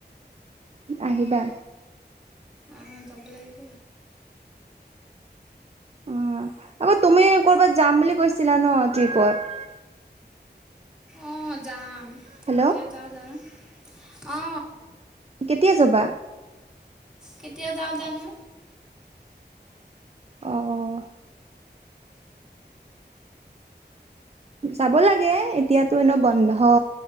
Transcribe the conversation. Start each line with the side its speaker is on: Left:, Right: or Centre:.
Right: আহিবা।
Centre: আহ, যাব লাগিব।
Right: অ' আকৌ তুমি কৰবাত যাম বুলি কৈছিলা ন' ট্ৰিপত?
Centre: অ, যাম
Right: হেল্ল'
Centre: কেতিয়া যাওঁ জানো অ,
Right: কেতিয়া যাবা?
Centre: কেতিয়া যাওঁ জানো।
Right: অ', যাব লাগে এতিয়াতো এনেও বন্ধ